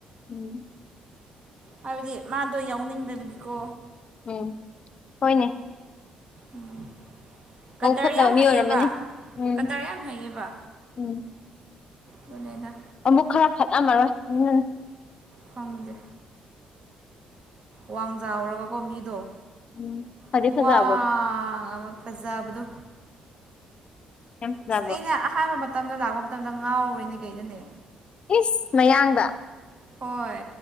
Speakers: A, on the left (about 50°); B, on the right (about 50°).
A: ꯎꯝ
B: ꯍꯥꯏꯕꯗꯤ ꯃꯥꯗꯣ ꯌꯥꯎꯅꯤꯡꯗꯕꯒꯤꯀꯣ
A: ꯎꯝ ꯍꯅꯦ
B: ꯎꯝ ꯀꯇꯔ
A: ꯐꯠꯇꯕ
B: ꯌꯥꯝ
A: ꯃꯤ
B: ꯍꯩꯌꯦꯕ
A: ꯑꯣꯏꯔꯝꯃꯅꯤ ꯎꯝ
B: ꯀꯇꯔ ꯌꯥꯝ ꯍꯩꯌꯦꯕ
A: ꯎꯝ
B: ꯃꯅꯦꯗ
A: ꯑꯃꯨꯛ ꯈꯔ ꯐꯠꯃꯔꯣꯏ ꯎꯝ
B: ꯐꯪꯗ ꯋꯥꯡꯖꯥꯎꯔꯒꯀꯣ ꯃꯤꯗꯣ
A: ꯎꯝ ꯐꯗꯤ
B: ꯈꯨꯨꯋꯥꯡ
A: ꯐꯖꯕ꯭ꯔꯣ
B: ꯑꯃ ꯐꯖꯥꯗꯨ
A: ꯌꯥꯝ ꯐꯖꯕ꯭ꯔꯣ
B: ꯑꯁ ꯑꯩꯅ ꯑꯍꯥꯟꯕ ꯃꯇꯝꯗ ꯂꯥꯛꯄ ꯃꯇꯝꯗ ꯉꯥꯎꯔꯤꯅꯦ ꯀꯩꯅꯅꯦ
A: ꯏꯁ ꯃꯌꯥꯡꯗ
B: ꯍꯣꯏ